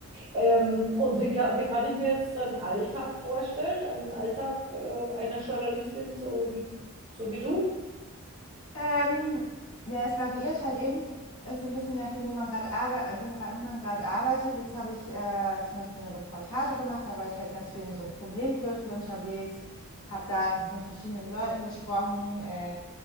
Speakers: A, on the right; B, on the left.
A: Ähm, und wie kann, wie kann ich mir jetzt so einen Alltag vorstellen? Einen Alltag äh, einer Journalistin, so wie, so wie du?
B: Ähm, ja, es variiert halt eben äh, so ein bisschen nachdem, wo man gerade arbe- äh, woran man gerade arbeitet. Jetzt habe ich äh, zum Beispiel eine Reportage gemacht, da war ich halt ganz viel in so einem Problemviertel unterwegs, habe da einfach mit verschiedenen Leuten gesprochen. Äh,